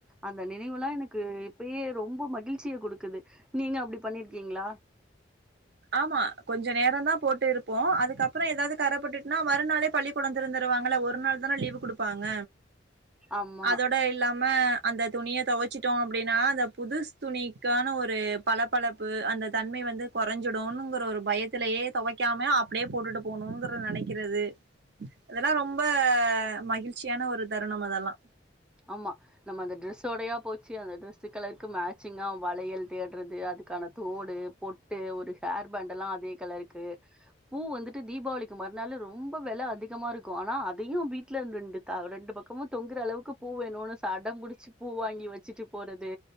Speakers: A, in the centre; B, on the right.
A: அந்த நினைவுகல்லாம் எனக்கு இப்பயே ரொம்ப மகிழ்ச்சிய குடுக்குது நீங்க அப்டி பண்ணிருக்கீங்களா
B: ஆமா கொஞ்ச நேரந்தா போட்டே இருப்போ அதுக்கப்பறொ எதாவது கரபட்டுட்டுனா மறுநாளே பள்ளி கூடம் தெறந்துருவாங்களா ஒரு நாள் தான லீவ் குடுப்பாங்க
A: ஆமா
B: அதோட இல்லாம அந்த துணிய தொவச்சுட்டோ அப்டின்னா அந்த புதுஸ் துணிக்கான ஒரு பளபளப்பு அந்த தன்மை வந்து கொறஞ் கொறஞ்சிடுனுங்கிற ஒரு பயத்திலயே தொவைக்காம அப்டியே போட்டுட்டு போனுங்குறத நெனைக்கிறது அதெல்லாம் ரொம்ப மகிழ்ச்சியான ஒரு தருணம் அதெல்லா
A: ஆமா நம்ம அந்த ட்ரெஸ்ஸோடயா போச்சு அந்த ட்ரெஸ் கலருக்கு மேச்சிங்கா வளையல் தேட்றது அதுக்கான தோடு பொட்டு ஒரு ஹேர் பேண்ட எல்லா அதே கலருக்கு பூ வந்துட்டு தீபாவளிக்கு மறுநாளு ரொம்ப வெல அதிகமா இருக்கு ஆனா அதயும் வீட்டுல <unintelligible> ரெண்டு ரெண்டு பக்கமு தொங்குற அளவுக்கு பூ வேணுனு சடம் புடிச்சு பூ வாங்கி வெச்சிட்டு போறது